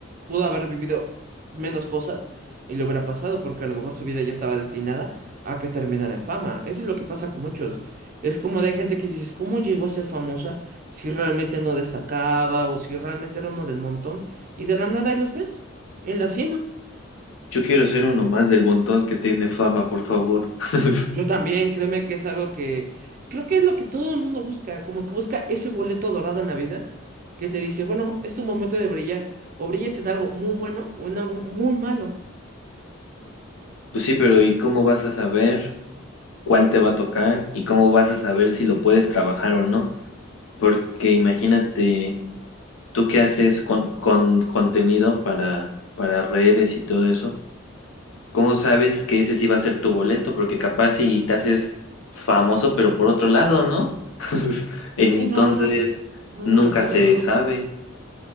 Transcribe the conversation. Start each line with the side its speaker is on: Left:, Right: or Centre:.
Right: pudo haber vivido menos cosas y le hubiera pasado porque a lo mejor su vida ya estaba destinada a que terminara en fama. Eso es lo que pasa con muchos. Es como de hay gente que dices, ¿cómo llegó a ser famosa si realmente no destacaba o si realmente era uno del montón? Y de la nada ahí los ves en la cima.
Left: Yo quiero ser uno más del montón que tiene fama, por favor. <laughs>
Right: Yo también, créeme que es algo que creo que es lo que todo el mundo busca, como que busca ese boleto dorado en la vida que te dice, bueno, es tu momento de brillar, o brillas en algo muy bueno o en algo muy malo.
Left: Pues sí, pero ¿y cómo vas a saber cuál te va a tocar? ¿Y cómo vas a saber si lo puedes trabajar o no? Porque imagínate, tú que haces con, con contenido para, para redes y todo eso, ¿cómo sabes que ese sí va a ser tu boleto? Porque capaz si te haces famoso, pero por otro lado, ¿no? <laughs> Entonces,
Right: Sí, no, uno, uno
Left: nunca
Right: nunca sabe,
Left: se
Right: ¿no?
Left: sabe.